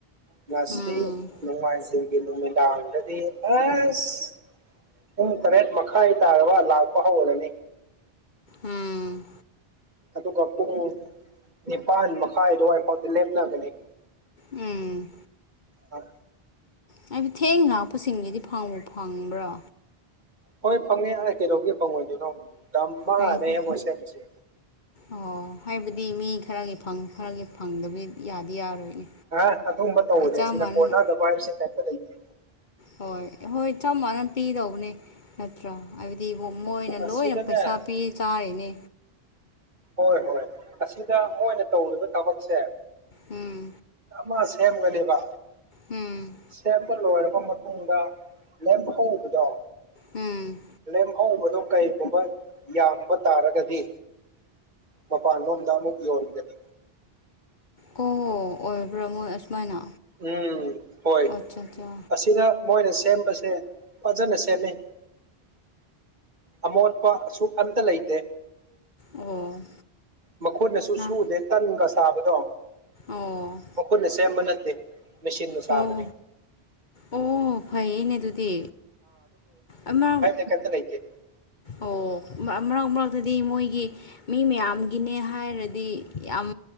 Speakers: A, on the right (about 45°); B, on the left (about 50°).
A: ꯉꯁꯤ
B: ꯎꯝ
A: ꯅꯨꯡꯉꯥꯏꯖꯤꯡ ꯒꯤ ꯅꯨꯃꯤꯗꯥꯡꯗꯗꯤ ꯑꯁ ꯄꯨꯡ ꯇꯔꯦꯠ ꯃꯈꯥꯏ ꯇꯥꯔꯕ ꯂꯥꯛꯄ ꯍꯧꯔꯅꯤ
B: ꯎꯝ
A: ꯑꯗꯨꯒ ꯄꯨꯡ ꯅꯤꯄꯥꯟ ꯃꯈꯥꯏ ꯑꯗꯨꯋꯥꯏꯐꯥꯎꯗꯤ ꯂꯦꯞꯅꯒꯅꯤ
B: ꯎꯝ
A: ꯑ
B: ꯍꯥꯏꯗꯤ ꯊꯦꯡ ꯂꯥꯛꯄꯁꯤꯡꯒꯤꯗꯤ ꯐꯪꯕꯨ ꯐꯪꯕ꯭ꯔꯣ
A: ꯍꯣꯏ ꯐꯪꯉꯦ ꯍꯥꯏ ꯀꯩꯗꯧꯕꯒꯤ ꯐꯪꯉꯣꯏꯗꯣꯏꯅꯣ ꯗꯝꯃꯅꯦ
B: ꯑꯩꯗꯤ
A: ꯃꯣꯏ ꯁꯦꯝꯃꯤꯁꯦ
B: ꯑꯣ ꯍꯥꯏꯕꯗꯤ ꯃꯤ ꯈꯔꯒꯤ ꯐꯪ ꯈꯔꯒꯤ ꯐꯪꯗꯕꯤ ꯌꯥꯗꯤ ꯌꯥꯔꯣꯏꯅꯦ
A: ꯑ ꯑꯗꯨꯒꯨꯝꯕ ꯇꯧꯔꯣꯏ
B: ꯆꯞ
A: ꯁꯤꯗ
B: ꯃꯥꯟꯅꯅ
A: ꯀꯣꯟꯅꯗꯕ ꯍꯥꯏꯕꯁꯦ ꯀꯩꯝꯇ ꯂꯩꯇꯦ
B: ꯍꯣꯏ ꯍꯣꯏ ꯆꯞ ꯃꯅꯥꯟꯅ ꯄꯤꯗꯧꯕꯅꯦ ꯅꯠꯇ꯭ꯔ ꯍꯥꯏꯕꯗꯤ ꯍꯣ ꯃꯣꯏꯅ
A: ꯑꯁꯤꯗꯅꯦ
B: ꯂꯣꯏꯅ ꯄꯩꯁꯥ ꯄꯤ ꯆꯥꯔꯤꯅꯦ
A: ꯍꯣꯏ ꯍꯣꯏ ꯑꯁꯤꯗ ꯃꯣꯏꯅ ꯇꯧꯔꯤꯕ ꯊꯕꯛꯁꯦ
B: ꯎꯝ
A: ꯃꯥ ꯁꯦꯝꯒꯅꯦꯕ
B: ꯎꯝ
A: ꯁꯦꯝꯄ ꯂꯣꯏꯔꯕ ꯃꯇꯨꯡꯗ ꯂꯦꯝꯍꯧꯕꯗꯣ
B: ꯎꯝ
A: ꯂꯦꯝꯍꯧꯕꯗ ꯀꯔꯤꯒꯨꯝꯕ ꯌꯥꯝꯕ ꯇꯥꯔꯒꯗꯤ ꯃꯄꯥꯟꯂꯣꯝꯗ ꯑꯃꯨꯛ ꯌꯣꯟꯒꯅꯤ
B: ꯑꯣ ꯑꯣꯏꯔꯕ꯭ꯔꯥ ꯃꯣꯏ ꯑꯁꯨꯃꯥꯏꯅ
A: ꯎꯝ ꯍꯣꯏ
B: ꯑꯠꯆꯥ ꯑꯠꯆꯥ
A: ꯑꯁꯤꯗ ꯃꯣꯏꯅ ꯁꯦꯝꯕꯁꯦ ꯐꯖꯅ ꯁꯦꯝꯃꯦ ꯑꯃꯣꯠꯄ ꯑꯁꯨꯛ ꯑꯝꯇ ꯂꯩꯇꯦ
B: ꯑꯣ
A: ꯃꯈꯨꯠꯅꯁꯨ
B: ꯅ
A: ꯁꯨꯗꯦ ꯇꯟꯒ ꯁꯥꯕꯗꯣ
B: ꯑꯣ
A: ꯃꯈꯨꯠꯅ ꯁꯦꯝꯕ ꯅꯠꯇꯦ ꯃꯦꯆꯤꯟꯅ ꯁꯥꯕꯅꯤ
B: ꯑꯣ ꯑꯣ ꯐꯩꯌꯦꯅꯦ ꯑꯗꯨꯗꯤ ꯑꯃ
A: ꯀꯩ ꯑꯝꯇ ꯂꯩꯇꯦ
B: ꯑꯣ ꯃꯔꯛ ꯃꯔꯛꯇꯗꯤ ꯃꯣꯏꯒꯤ ꯃꯤ ꯃꯌꯥꯝꯒꯤꯅꯦ ꯍꯥꯏꯔꯗꯤ ꯌꯥꯝ